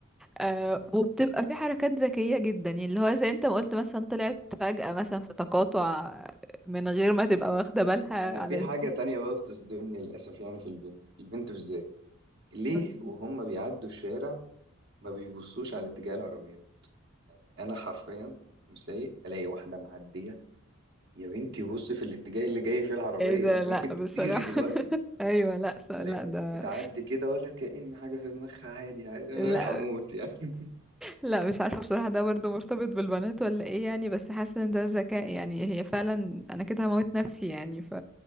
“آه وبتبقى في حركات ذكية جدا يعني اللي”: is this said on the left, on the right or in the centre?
Centre